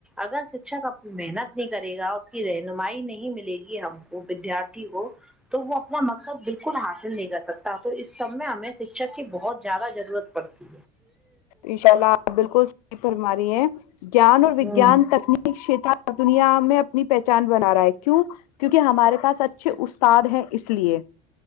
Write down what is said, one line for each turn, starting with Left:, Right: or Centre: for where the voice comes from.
Centre: اگر شکشک اپنی محنت نہیں کرے گا اس کی رہنمائی نہیں ملے گی ہم کو ودیارتھی ہو تو وہ کا مقصد بالکل حاصل نہیں جا سکتا تو اس سب میں ہمیں شکھک کی بہت زیادہ ضرورت پڑتی
Left: ان شاء اللہ بالکل صحی فرماری ہیں جیان اور
Centre: ہے
Left: وجان
Centre: ہوں
Left: تکنیک شت دنیا میں اپنی پہچ پہ چاند بنا رہا ہے کیوں کیونکہ ہمارے پس اچھے
Centre: کہ
Left: استاد ہیں اس اس لیے